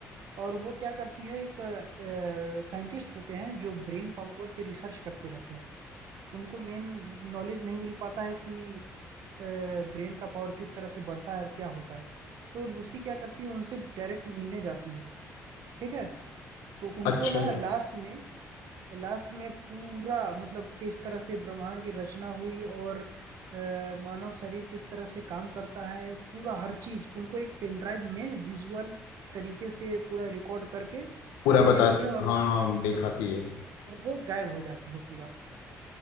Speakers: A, on the right; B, on the left.
A: और वो क्या करती है एक साइंटिस्ट होते हैं जो ब्रेन पावर पे रिसर्च करते रहते हैं उनको मेन नॉलेज नहीं मिल पाता है कि ब्रेन का पावर किस तरह से बढ़ता है और क्या होता है तो लूसी क्या करती है उनसे डायरेक्ट मिलने जाती है ठीक है तो उनको
B: अच्छा
A: ना लास्ट में लास्ट में पूरा मतलब किस तरह से ब्रह्मांड की रचना हुई और अ, मानव शरीर किस तरह से काम करता है पूरा हर चीज उनको एक पेन ड्राइव में विजुअल तरीके से पूरा रिकॉर्ड करके
B: पूरा
A: दे
B: बता
A: देती है और,
B: हाँ हाँ दिखाती है
A: और वो गायब हो जाती है पूरा